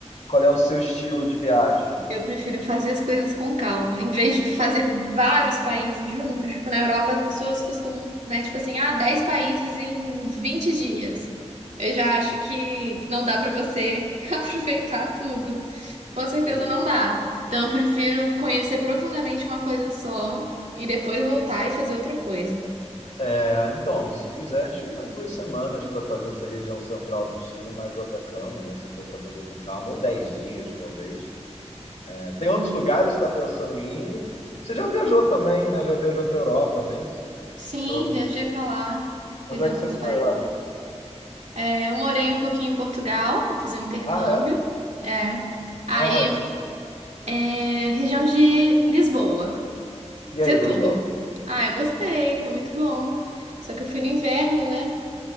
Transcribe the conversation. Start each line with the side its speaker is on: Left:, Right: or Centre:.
Left: qual é o seu estilo de viagem.
Right: Eu prefiro fazer as coisas com calma, em vez de fazer vários países juntos. Tipo, na Europa, as pessoas costumam, né? Tipo assim, ah, 10 países em 20 dias. Eu já acho que não dá pra você <laughs> aproveitar tudo. Com certeza
Left: Pois
Right: não dá. Então, eu prefiro conhecer profundamente uma coisa só e depois voltar e fazer outra coisa.
Left: é, então, se quiser, tira umas duas semanas para fazer essa região central do Chile mais o Atacama, né? Se for para fazer com calma, ou 10 dias, talvez.
Right: Hum.
Left: Tem outros lugares que está pensando em ir? Você já viajou também, né? Já viajou para Europa, não é isso?
Right: Sim,
Left: Para alguns.
Right: viajei pra lá, fiz
Left: Onde
Right: alguns
Left: é que você foi
Right: países.
Left: lá?
Right: É, eu morei um pouquinho em Portugal para fazer um intercâmbio.
Left: Ah, é?
Right: É. Aí
Left: Aonde?
Right: É, região de Lisboa,
Left: E
Right: Setúbal.
Left: aí, gostou?
Right: Ah, eu gostei, foi muito bom. Só que eu fui no inverno, né?